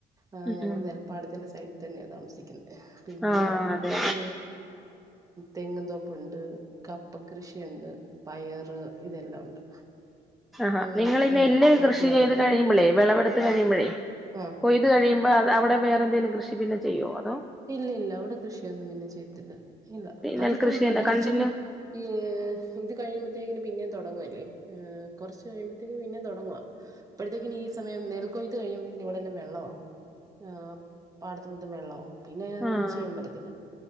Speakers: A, on the right (about 20°); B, in the centre.
A: ആഹ്
B: ഉം
A: ഞങ്ങൾ
B: ഉം
A: നെൽ പാടത്തിന്റെ സൈഡിൽ തന്നെയാണ് താമസിക്കുന്നത് പിന്നെ
B: ആഹ് അതെ
A: കൃഷി തെങ്ങിൻ തോപ്പുണ്ട് കപ്പ കൃഷിയുണ്ട് പയറ് ഇതെല്ലാം ഉണ്ട്
B: ആഹാ
A: അങ്ങനത്തെ
B: നിങ്ങളിങ്ങനെ
A: ആഹ്
B: എല്ലി
A: കൊക്കയുണ്ട്
B: കൃഷി ചെയ്ത് കഴിയുമ്പോളേ വിളവെടുത്ത് കഴിയുമ്പോഴേ
A: ആഹ്
B: കൊയ്ത് കഴിയുമ്പൊ അത് അവിടെ വേറെന്തേലും കൃഷി പിന്നെ ചെയ്യുമോ അതോ
A: ഇല്ല ഇല്ല അവിടെ കൃഷിയൊന്നും പിന്നെ ചെയ്യത്തില്ല ഇല്ല അതിപ്പം
B: നെൽകൃഷി തന്നെ
A: കൊറച്ച്
B: കണ്ടിന്യൂ
A: ഈ ഇത് കഴിയുമ്പത്തേന് പിന്നേം തുടങ്ങുവല്ലേ ഏഹ് കുറച്ച് കഴിയുമ്പോത്തേക്കും പിന്നേം തുടങ്ങുവാ അപ്പോഴത്തേക്കിനി ഈ സമയം നെൽകൊയ്ത്ത് കഴിയുമ്പോഴത്തേനും ഇവടെ എല്ലാം വെള്ളവാകും ആഹ് പാടത്ത് മൊത്തം വെള്ളവാവും പിന്നെ അത്
B: ആഹ്
A: ഒന്നും ചെയ്യാൻ പറ്റത്തില്ല